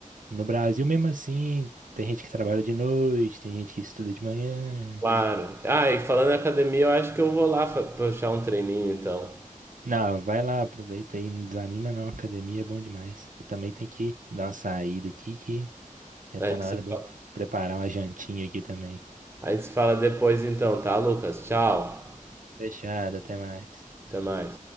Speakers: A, on the right (about 70°); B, on the right (about 15°).
A: no Brasil mesmo assim, tem gente que trabalha de noite, tem gente que estuda de manhã,
B: Claro. Ah, e falando em academia, eu acho que eu vou lá fa- puxar um treininho então.
A: Não, vai lá, aproveita aí, não desanima não, academia é bom demais. Eu também tenho que dar uma saída aqui que já
B: A
A: tá
B: gente
A: na
B: se
A: hora de
B: fala,
A: eu preparar uma jantinha aqui também.
B: a gente se fala depois então, tá, Lucas? Tchau.
A: Fechado, até mais.
B: Até mais.